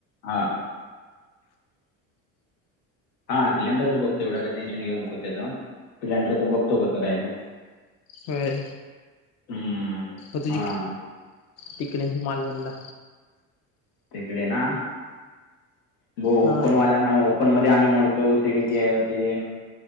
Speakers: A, on the left (about 80°); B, on the left (about 40°).
A: हा. हा सिलेंडरचं बघतो एवढं काय टेन्शन घेऊ नको त्याच. सिलेंडरच बघतो कसं काय ते.
B: होय.
A: हम्म,
B: मग तुझी
A: हां
B: तिकडेच मालवनला.
A: तिकडे ना ब
B: हा
A: ओपनवाला ओपन मध्ये आम्ही मोडतो, ते किती आहे याव ते